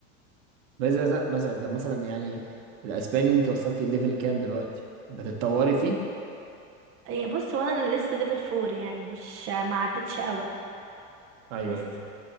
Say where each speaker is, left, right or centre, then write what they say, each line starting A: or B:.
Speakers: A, on the right; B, on the right.
A: بس بس- مثلا انت مثلا يعني الاسباني انت وصلتي ليفل كام دلوقتي بتتطوري فيه
B: هي بص هو انا لسه ليفل فور يعني مش ما عدتش قوي
A: ايوه
B: لسه
A: ايوه